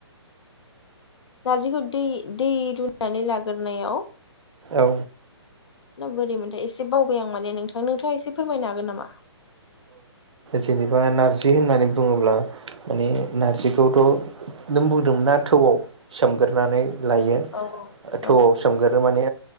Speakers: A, on the left; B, on the right.
A: नारजिखौ दै दै रुनानै लाग्रोनायाव
B: औ
A: बोरै मोनथाय एसे बावबाय आं माने नोंथां नोंथाङा एसे फोरमायनो हागोन नामा?
B: जेनेबा नारजि
A: औ
B: होननानै बुङोब्ला माने नारजिखौथ' नों बुंदोंमोन ना थौआव सोमगोरनानै लायो
A: औ
B: थौआव
A: औ
B: सोमगोरो माने